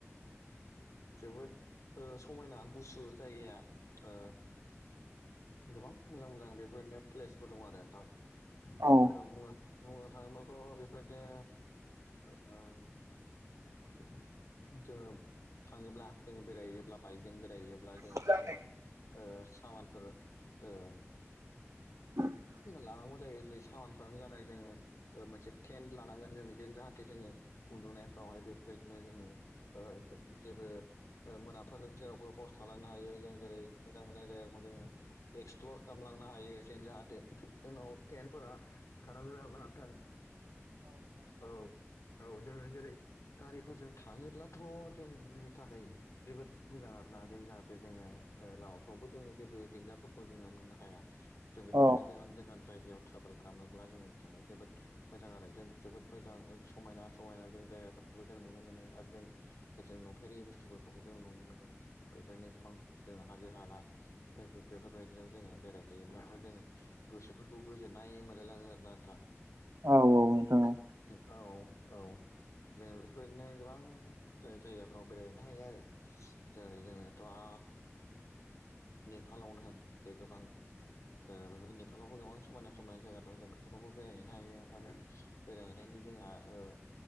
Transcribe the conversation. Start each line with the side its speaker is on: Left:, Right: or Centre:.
Left: जोबोद ओ समायना गुसु जायगाया ओ गोबां मोजां मोजां बेफोरबादिनो प्लेसफोर दं आरो नोंथां
Right: औ
Left: ओम बुंनो थाङोबाथ' बेफोरबायदिनो ओ
Right: <inaudible>
Left: जोङो थाङोब्ला जोङो बेरायहैयोब्ला बाइकजों बेरायहैयोब्ला जोङो
Right: औ नोंथां
Left: गोबां ओ सामानफोर ओ
Right: <inaudible>
Left: लानांगौ जायो जेरै सामानफ्रानो जानाय जोङो ओ मोनसे टेन्ड लानांगोन जों इदिनो जाहाथे जोङो उन्दुनायफ्रावहाय बेफोरबायदिनो जोङो ओ जेबो ओ मोनाफोर जेरावबो हर थालांनो हायो जों जेरै मोजां मोजां जायगाखौ जोङो एक्सप्लर खालामलांनो हायो जेन जाहाथे जोंनाव टेन्टफोरा थानांगोन आरोना नोंथां। औ। औ जोङो जेरै गारिफोरजों थाङोब्लाथ' जोंनि थाखाय जोबोद मोजां आरो ना। जों जाहाथे जोङो ओ लामाफ्रावबो जोङो जेबो दिगदार फोरखौ जोङो मोननो हाया जों बेफोरनि
Right: औ
Left: गोजान गोजान जायगायाव ट्राभोल खालामोब्ला जोंनि थाखाय जोबोद मोजां आरो जों जोबोद मोजां समायना समायना जों जायगाफोर बो जों नुनो मोनो आरो जों जों नुफेरि बुस्थुफोरखौबो जों नुनो मोनो बेबायनो गोबां जों हाजो हाला फोरखो बेफोरबायदियाव जोङो बेरायहैयोब्लाथाय' जोङो गोसोफोरखौ गोजोननाय मोनलायलाङो आरोना नोंथां।
Right: औ औ नोंथां औ।
Left: औ औ। जोङो बेफोरबायदिनो गोबां ओ जायगाफ्राव बेरायहैनो हायो आरो जेरै जोङोथ' ओ नेपालावनो जे गोबां ओ नेपालावबो गोबां समायना समायना जायगा दं जों बेफोरावबो बेरायहैनो हायो आरो बेरायहनायनि जोंहा ओ